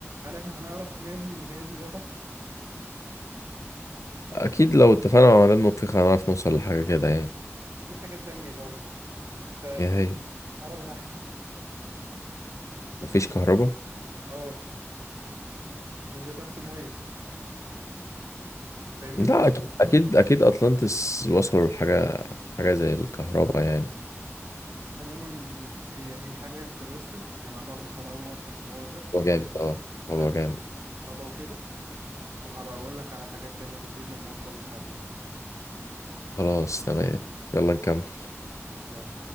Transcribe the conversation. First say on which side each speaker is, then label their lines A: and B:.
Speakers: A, on the right; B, on the left.
A: هل احنا هنعرف نبني الميكانيزم ده تحت
B: اكيد لو اتفقنا مع مدام نطيخ هنعرف نوصل لحاجه كده يعني
A: دي حاجة ثانية برضو انت
B: يا
A: مفيش
B: هي
A: كهرباء تحت
B: مفيش كهرباء
A: اه لان ده تحت الميه فاهمني
B: لا اكيد اكيد اكيد اطلانتس وصلوا لحاجه حاجه زي الكهرباء يعني
A: عموما هي هي حاجة انترستد انا برضو هدور في الحوار ده
B: هو جامد اه هو
A: هل
B: جامد
A: في كهرباء وكده وهبقى اقول لك على الحاجات التانية بالليل لما اوصل لحل يعني
B: خلاص تمام يلا نكمل
A: يلا